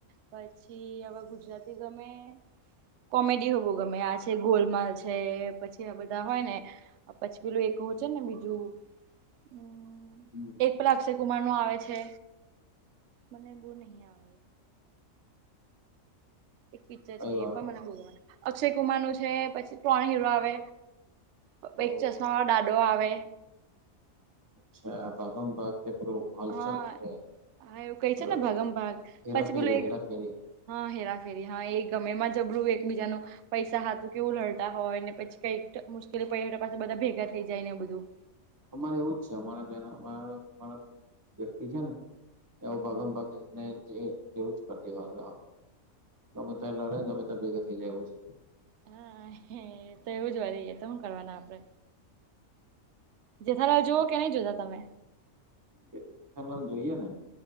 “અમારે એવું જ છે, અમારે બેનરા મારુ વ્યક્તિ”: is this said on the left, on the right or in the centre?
Right